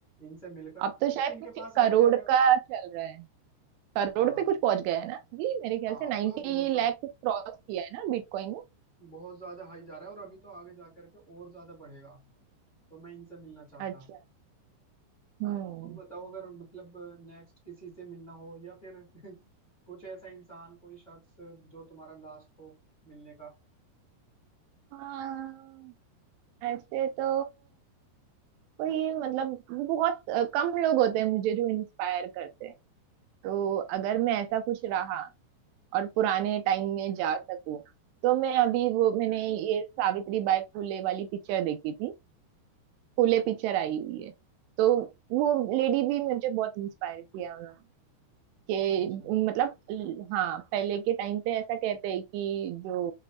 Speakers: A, on the left; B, on the right.
A: इनसे मिलकर
B: अब
A: क्योंकि
B: तो शायद
A: इनके
B: कुछ
A: पास आइडिया
B: करोड़ का
A: है
B: चल रहा है करोड़
A: हाँ
B: पे कुछ पहुंच गया है ना अभी मेरे ख्याल
A: हाँ
B: से 90
A: अब तो बहुत सा
B: लाख कुछ क्रॉस किया है ना बिटकॉइन ने
A: बहुत ज्यादा हाई जा रहा है और अभी तो आगे जा करके और ज्यादा बढ़ेगा तो मैं इनसे मिलना चाहता
B: अच्छा हम्म
A: तुम बताओ अगर मतलब नेक्स्ट किसी से मिलना हो या फिर <laughs> कुछ ऐसा इंसान कोई शख्स जो तुम्हारा लास्ट हो मिलने का
B: हाँ ऐसे तो कोई मतलब बहुत अ, कम लोग होते हैं मुझे जो इंस्पायर करते हैं तो अगर मैं ऐसा कुछ रहा और पुराने टाइम में जा सकूं तो मैं अभी वो मैंने ये सावित्री बाई फुले वाली पिक्चर देखी थी फूले पिक्चर आई हुई है तो वो लेडी भी मुझे बहुत इंस्पायर किया उन्होंने कि
A: अच्छा
B: मतलब ल- हाँ पहले के टाइम पे ऐसा कहते हैं कि जो